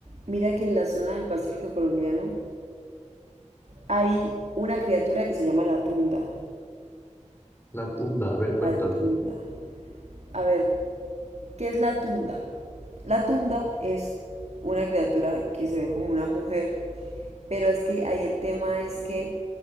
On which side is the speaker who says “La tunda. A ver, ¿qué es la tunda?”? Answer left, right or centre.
Right